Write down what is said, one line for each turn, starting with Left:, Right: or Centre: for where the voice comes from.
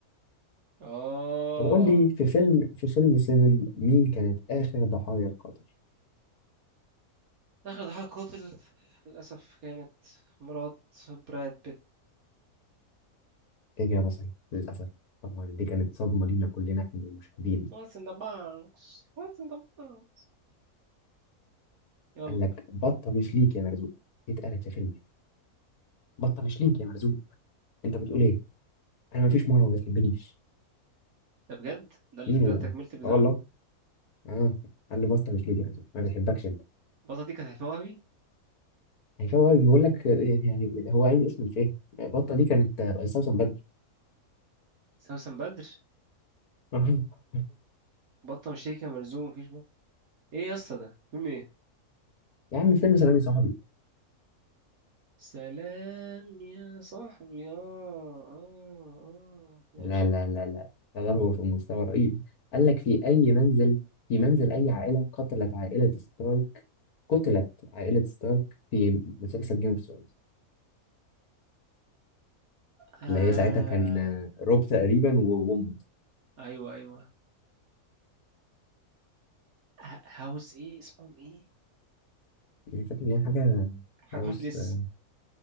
Right: اه
Left: طب قول لي في فيلم في فيلم 7 مين كانت آخر ضحايا القاتل؟
Right: اخر ضحايا القاتل للاسف كانت مرات براد بيت
Left: إجابة صحيحة للأسف طبعا دي كانت صدمة لينا كلنا إحنا المشاهدين
Right: واتس ان ذا بانكس واتس ان ذا بانكس يلا
Left: قال لك بطة مش ليك يا مرزوق دي اتقالت في فيلم بطة مش ليك يا مرزوق أنت بتقول إيه؟ أنا مفيش مرة ما بتحبنيش
Right: ده بجد ده اللي
Left: مين
Right: ده
Left: اللي
Right: تكملة
Left: قال؟
Right: البتاع
Left: آه والله آه قال له بطة مش ليك يا مرزوق ما بتحبكش أنت
Right: البطة دي كانت هتوهبي
Left: يعني فهو بيقول لك يعني هو عايز اسم الفيلم بطة دي كانت استوسن بدر
Right: سوسن بدر
Left: <laughs>
Right: بطة مشتركة ملزوم مفيش بقى ايه يا اسطى ده فيلم ايه
Left: يا عم فيلم سلام يا صاحبي
Right: سلام يا صاحبي اه اه اه ماشي
Left: لا لا لا لا لا لا، هو في مستوى رهيب قال لك في أي منزل في منزل أي عائلة قتلت عائلة ستارك قتلت عائلة ستارك في مسلسل جيم اوف ثرونز
Right: آه
Left: اللي هي ساعتها كان آه، روب تقريبا و- وأمه
Right: ايوه ايوه ه- هاوس ايه اسمهم ايه
Left: يعني فاكر إن هي حاجة
Right: حاجه
Left: هاوس
Right: بحرف الاس
Left: آه،